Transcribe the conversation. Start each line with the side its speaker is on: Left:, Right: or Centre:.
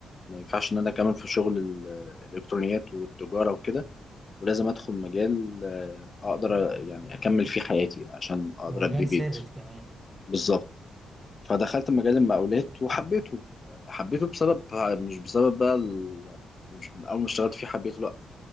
Left: ما ينفعش ان انا اكمل في شغل ال- الالكترونيات والتجاره وكده ولازم ادخل مجال آه، اقدر يعني اكمل فيه حياتي عشان اقدر
Right: ومجال
Left: ابني بيت
Right: ثابت كمان
Left: بالظبط فدخلت مجال المقاولات وحبيته حبيته بسبب مش بسبب بقى ال... مش من اول ما اشتغلت فيه حبيته لا